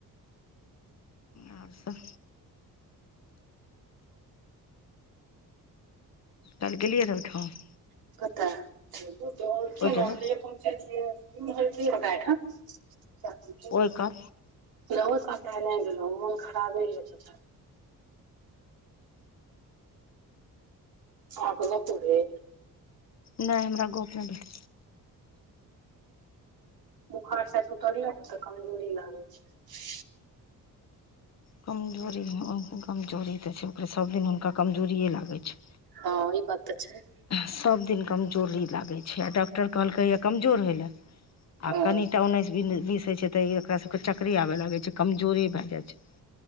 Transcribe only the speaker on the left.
आर सब। कएल गेलियै रहऽ ओहिठाम।
ओहि डेरा
ओल कऽ
नै हमरा गअप नै भेल।
कमजोरी कमजोरी तऽ छै सबदिन हुनका कमजोरियेे लागै छै।
सब दिन कमजोरी लागै छै आ डॉक्टर कहलकैए कमजोर होय लए।
आ कनिटा उनैस, बीस होइ छै तऽ ऐकरा सबके चकरे आबय लागै छै कमजोरी भए जाइ छै।